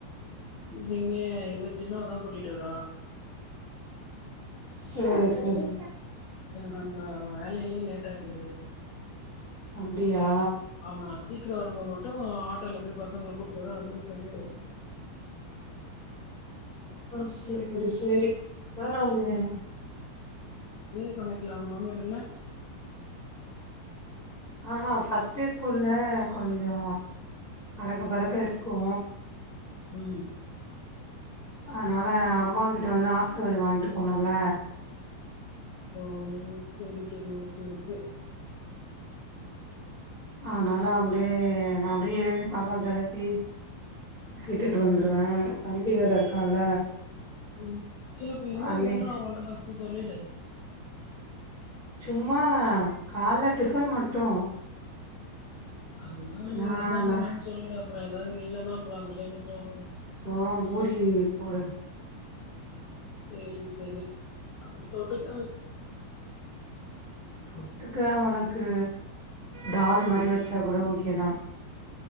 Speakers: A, on the left (about 65°); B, on the left (about 35°).
A: இங் இங்க இவ சின்னவதா கூட்டிட்டு வரா
B: சரி சரி
A: எனக்கு அங் வேலையிலே லேட் ஆய்டுது
B: அப்டியா
A: ஆமா சீக்கிரோ வரும்போது மட்டு ஆட்டோல போய் பசங்கள கூப்னு வரேன் அப்டின்னு சொல்லிடு
B: ஆ செரி செரி வேணாங்குறியா
A: ஏன் சமைக்கல அவங்க மாமியர் இல்ல
B: ஆஹா ஃபர்ஸ்ட் டே ஸ்கூல்ல கொஞ்சோ அறக்க பறக்க இருக்கூ
A: ம்
B: அதனால அம்மாக்கிட்ட வந்து ஆசிர்வாதோ வாங்கிட்டு போனும்ல
A: ஓ செரி செரி ஓகே ஓகே
B: அதனால அப்டியே நா அப்டியே எழுந்து பாப்பா கெலப்பி விட்டுட்டு வந்துருவே தம்பி வேற இருக்கான்ல
A: ம் சேரி அப்ப என்ன
B: அண்ணே
A: வேணு அங்கட்ட பர்ஸ்ட்டு சொல்லிடு
B: சும்மா கால்ல டிஃபன் மட்டு
A: அதுதா
B: நா
A: என்ன வேணு
B: நா
A: சொல்லிடு அப்பறோ ஏதாவது இல்ன்னா அப்பறோ அந்த டைம்ல போகணு
B: ஆ பூரி ஏறி போட
A: செரி செரி அப்பறோ தொட்டுக்க
B: தொட்டுக்க அவனுக்கு டால் மாரி வெச்சா கூட ஓகே தா